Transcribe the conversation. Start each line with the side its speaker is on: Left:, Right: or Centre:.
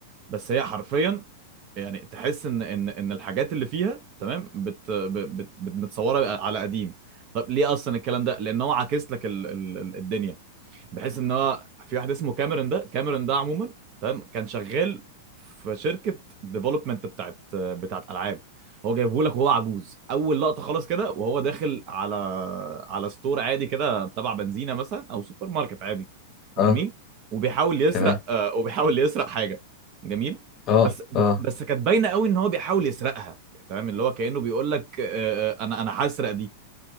Right: بس هي حرفيا يعني تحس ان ان ان الحاجات اللي فيها تمام بت بت بت- متصوره على قديم طب ليه اصلا الكلام ده لان هو عاكس لك ال... ال... ال- الدنيا بحيث ان هو في واحد اسمه كاميرون ده كاميرون ده عموما تمام كان شغال في شركه ديفلوبمنت بتاعت بتاعت العاب هو جايبه لك وهو عجوز اول لقطه خالص كده وهو داخل على على ستور عادي كده تبع بنزينه مثلا او سوبر ماركت عادي
Left: اه
Right: جميل وبيحاول يسرق
Left: تمام
Right: آه، وبيحاول يسرق حاجه جميل
Left: اه
Right: بس
Left: اه
Right: بس كانت باينه قوي ان هو بيحاول يسرقها تمام اللي هو كانه بيقول لك آه، آه، انا انا هسرق دي